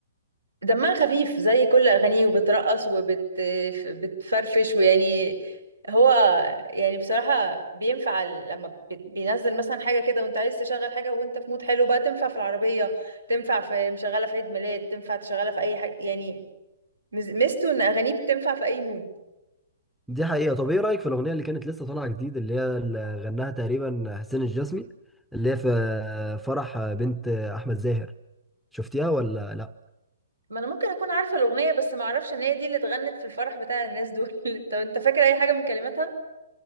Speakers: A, on the right (about 75°); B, in the centre.
A: دمها خفيف زي كل اغانيه وبترقص وبتفرفش ويعني هو يعني بصراحه بينفع ال- لما بي- بينزل مثلا حاجه كده وانت عايز تشغل حاجه وانت في مود حلو بقى تنفع في العربيه تنفع في مشغله في عيد ميلاد تنفع تشغلها في اي حاجه يعني مز- ميزته ان اغانيه بتنفع في اي مود
B: دي حقيقة طب ايه رأيك في الأغنية اللي كانت لسه طالعة جديد اللي هي اللي غناها تقريبا حسين الجسمي اللي هي في فرح بنت أحمد زاهر شفتيها ولا لا
A: ما انا ممكن اكون عارفه الاغنيه بس ما اعرفش ان هي دي اللي اتغنت في الفرح بتاع الناس دول <laughs> طب انت فاكر اي حاجه من كلماتها